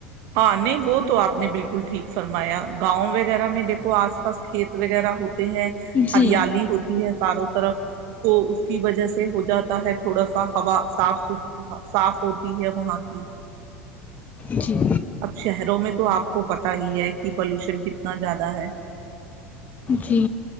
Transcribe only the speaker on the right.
ہاں نہیں وہ تو آپ نے بالکل ٹھیک فرمایا گاؤں وغیرہ میں دیکھو آس پاس کھیت وغیرہ ہو ہیں
ہریالی ہوتی ہے چاروں طرف تو اس کی وجہ سے ہو جاتا ہے تھوڑا سا ہوا صاف صاف ہوتی ہے وہاں کی
اب شہروں میں تو آپ کو پتہ ہی ہے کہ پولوشن کتنا زیادہ ہے